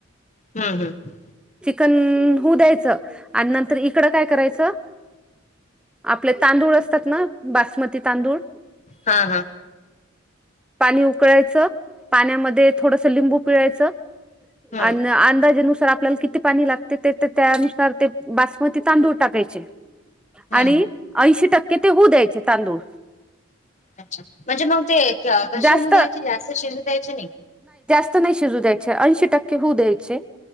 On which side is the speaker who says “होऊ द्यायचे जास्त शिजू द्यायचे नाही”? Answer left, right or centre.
Left